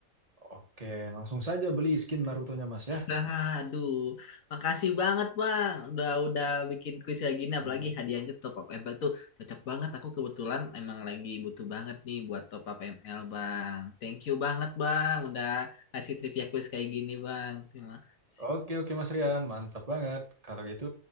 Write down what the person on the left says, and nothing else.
Nah, aduh, makasih banget Bang. Udah udah bikin kuis kayak gini apalagi hadiahnya tuh top up m ML tuh cocok banget. Aku kebetulan emang lagi butuh banget nih buat top up M-L Bang. Thank you banget Bang udah kasih trivia kuis kayak gini Bang. Terima kasih.